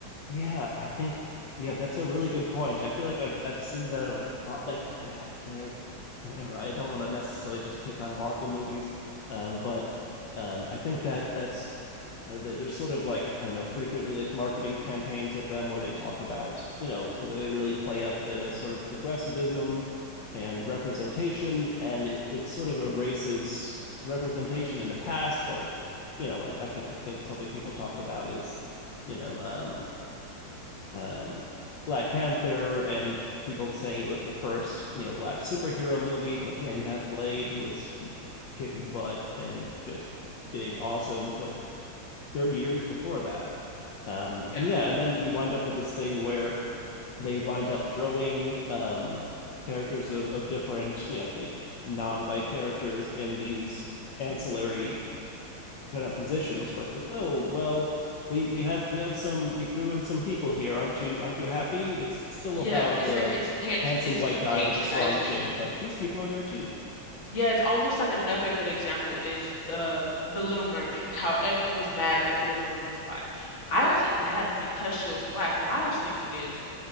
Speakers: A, on the left (about 65°); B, on the left (about 40°).
A: yeah. I think yeah, that's a really good point. I feel like I've I've seen that a lot. Like uh, there, I don't know. I don't want to necessarily just pick on Marvel movies, um, but um, I think that that's Uh, There's sort of like I don't know, frequently like marketing campaigns with them where they talk about you know they really play up the sort of progressivism and representation, and it, it sort of erases representation in the past. Like you know, I, I think think something people talk about is you know um, um, Black Panther and people saying it was the first you know black superhero movie, but yeah, you have Blade who was kicking butt and just being awesome like 30 years before that um,
B: Yeah.
A: and yeah, and then you wind up with this thing where they wind up throwing um, characters of, of different, you know, non-white characters in these ancillary kind of positions where it's like, oh, well, we we had we have some we threw in some people here. Aren't you aren't you happy? It's still
B: Yeah,
A: about
B: it's
A: the
B: like it's patron
A: handsome
B: it seems
A: white guy
B: patronizing.
A: with a strong chin, but these people are there too.
B: Yeah, it's almost like another good example is the the Little Mermaid, how everyone was mad that the Little Mermaid was black. I wasn't mad because she was black. What I was thinking is